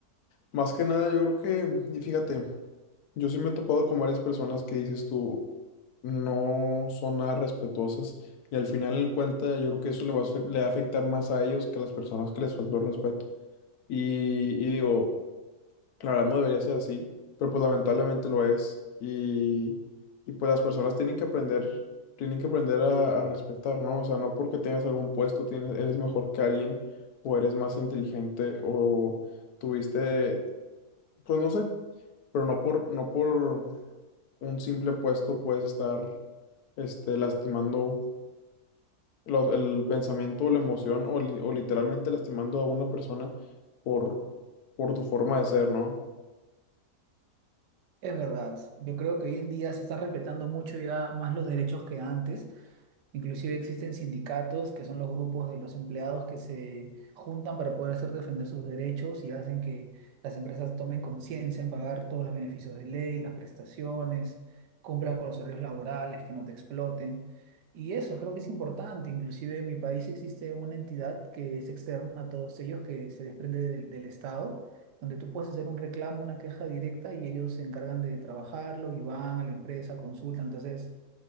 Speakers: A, on the left; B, on the right.
A: Más que nada, yo creo que, y fíjate, yo sí me he topado con varias personas que dices tú, no son nada respetuosas y al final en cuenta yo creo que eso le va a, afe- le va a afectar más a ellos que a las personas que les faltó el respeto. Y, y digo, la verdad no debería ser así, pero pues lamentablemente lo es. Y, y pues las personas tienen que aprender, tienen que aprender a, a respetar, ¿no? O sea, no porque tengas algún puesto tienes, eres mejor que alguien o eres más inteligente o tuviste, pues no sé pero no por, no por un simple puesto puedes estar este, lastimando los- el pensamiento o la emoción o, li- o literalmente lastimando a una persona por, por tu forma de ser, ¿no?
B: Es verdad, yo creo que hoy en día se están respetando mucho ya más los derechos que antes. Inclusive existen sindicatos, que son los grupos de los empleados que se juntan para poder hacer defender sus derechos y hacen que las empresas tomen conciencia en pagar todos los beneficios de ley, las prestaciones, cumplan con los horarios laborales, que no te exploten. Y eso creo que es importante. Inclusive en mi país existe una entidad que es externa a todos ellos, que se desprende del, del Estado, donde tú puedes hacer un reclamo, una queja directa y ellos se encargan de trabajarlo y van a la empresa, consultan. Entonces...